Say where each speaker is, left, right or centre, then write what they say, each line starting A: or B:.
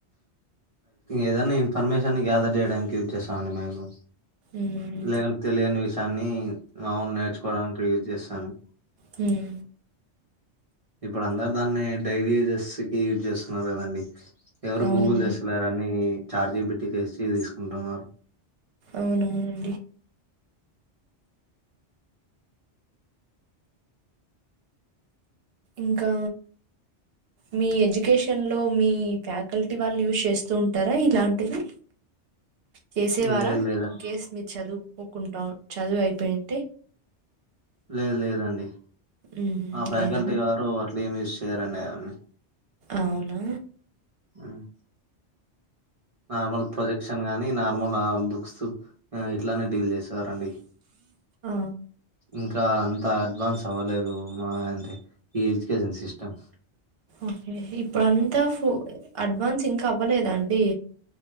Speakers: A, on the right; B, on the right.
A: ఏదైనా ఇన్ఫర్మేషన్ గ్యాదర్ చేయడానికి యూస్ చేస్తామండి మేము
B: మ్మ్.
A: లేకంటే తెలియని విషయాన్ని మములుగా నేర్చుకోవడానికి యూజ్ చేస్తాము
B: హుమ్
A: ఇప్పుడు అందరు దాన్ని డైరీ యజెస్ కి యూజ్ చేస్తున్నారు కదండి ఎవరు
B: అవునవును.
A: గూగుల్ చేసులేరు అన్ని చార్జిబిటీసి తీసుకుంటున్నారు
B: అవున ఇంకా మీ ఎడ్యుకేషన్ లో మీ ఫ్యాకల్టీ వాళ్ళు యూస్్ చేస్తూ ఉంటారా ఇలాంటివి చేసేవారా
A: లేదు లేదు
B: ఇన్ కేస్ మీరు చదువు కోకుంటాం చదువు అయిపోయుంటే
A: లేదు లేదండి
B: హ్మ్.
A: ఆ ఫ్యాకల్టీ
B: లేదా?
A: వారు అట్లే ఏమి యూజ్ చేయారండి అవన్నీ
B: అవున
A: ఉమ్. నార్మల్ ప్రొజెక్షన్ గానీ నార్మల్ బుక్స్ ఆ ఇట్లానే డీల్ చేసేవారండి
B: ఆ!
A: ఇంకా అంత అడ్వాన్స్ అవ్వలేదు మాద్ అన్ ఈ ఎజ్యుకేషన్ సిస్టమ్
B: ఓకే. ఇప్పుడంతా ఫు అడ్వాన్స్ ఇంకా అవ్వలేదా అండి